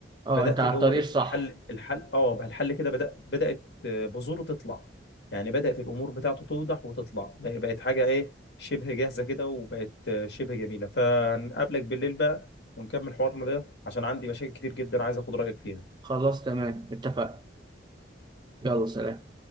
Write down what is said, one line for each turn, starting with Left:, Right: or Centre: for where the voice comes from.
Right: اه
Left: بدأت
Right: انت على
Left: اللي
Right: الطريق
Left: هو ايه
Right: الصح
Left: الحل الحل اه بقى الحل كده بدأ بدأت آه، بذوره تطلع يعني بدأت الامور بتاعته توضح وتطلع بق- بقت حاجة ايه شبه جاهزة كده وبقت آه، شبه جميلة فنقابلك بالليل بقى ونكمل حوارنا ده عشان عندي مشاكل كتير جدا عايز اخد رأيك فيها
Right: خلاص تمام اتفقنا يلا سلام